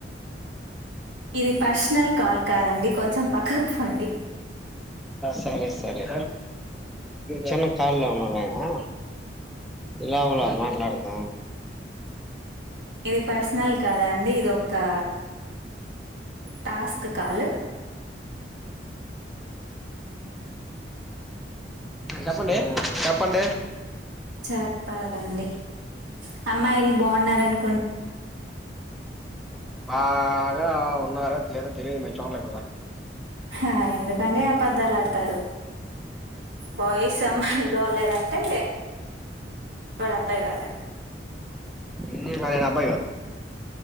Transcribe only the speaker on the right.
ఇది పర్సనల్ కాల్ కాదండి కొంచెం పక్కకు పోండి
ఇది పర్సనల్ కాదా అండి ఇది ఒకా టాస్క్ కాాల
చెప్పాలండి అమ్మాయిల్ బాగున్నారన్
ఆ ఎందుకండి ఆపద్దాలు ఆడతారు బాయస్ అమ్మలు రలేదంటే వాడు అబ్బాయి కాదని